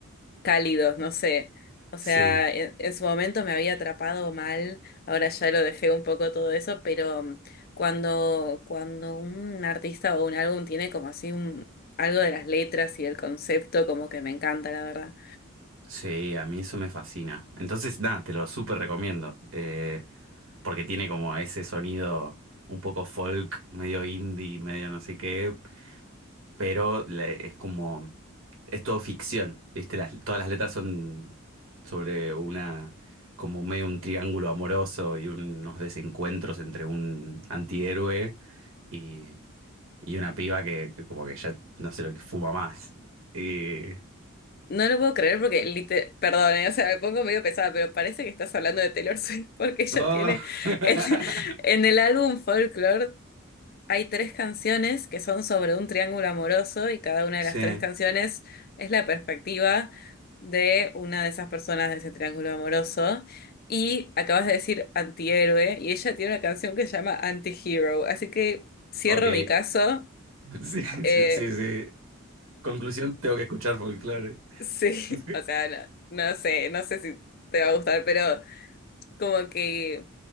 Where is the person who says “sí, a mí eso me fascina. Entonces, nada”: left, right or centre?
Right